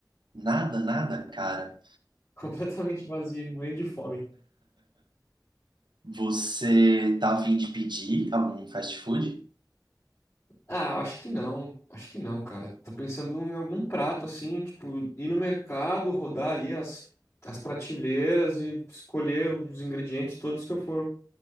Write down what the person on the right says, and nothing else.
Nada, nada, cara.
Você tá a fim de pedir algum fast food?